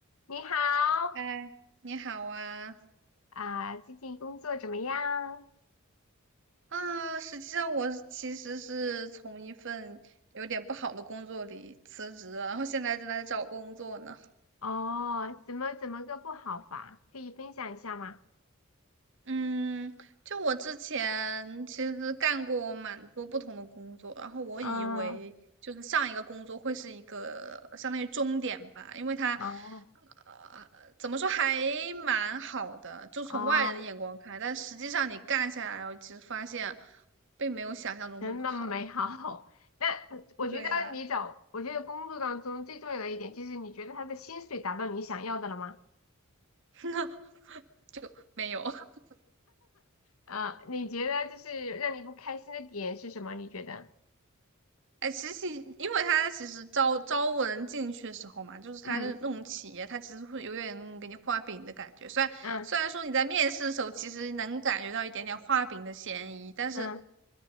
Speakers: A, on the left; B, on the right.
A: 你好，
B: 嗨，你好啊！
A: 啊，最近工作怎么样？
B: 啊，实际上我是其实是从一份有点不好的工作里辞职了，然后现在正在找工作呢。
A: 哦，怎么怎么个不好法？可以分享一下吗？
B: 嗯，就我之前其实干过蛮多不同的工作，然后我以为就是上一个工作会是一个相当于终点吧，
A: 嗯，
B: 因为它
A: 哦
B: 呃怎么说还蛮好的，就从外人的眼光看但实际上你干下来，
A: 哦，
B: 我其实发现并没有想象中那么好。
A: 真的美好。<laughs> 那呃我觉得你找，
B: 对呀、
A: 我觉得工作当中最重要的一点就是你觉得他的薪水达到你想要的了吗？
B: <laughs> 就没有。<laughs>
A: 啊，你觉得就是让你不开心的点是什么？你觉得？
B: 哎，其实因为他其实招招募人进去的时候嘛，就是他的那种企业，
A: 嗯
B: 他其实会有点那种给你画饼的感觉。虽然虽然说你在面试的时候，
A: 嗯
B: 其实能感觉到一点点画饼的嫌疑，但是
A: 嗯